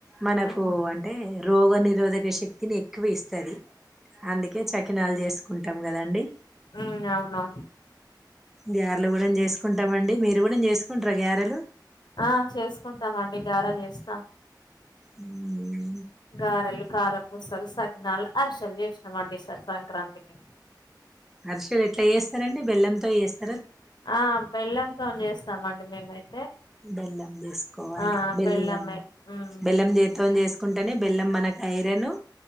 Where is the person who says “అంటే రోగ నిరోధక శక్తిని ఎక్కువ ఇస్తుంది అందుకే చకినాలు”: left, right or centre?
Centre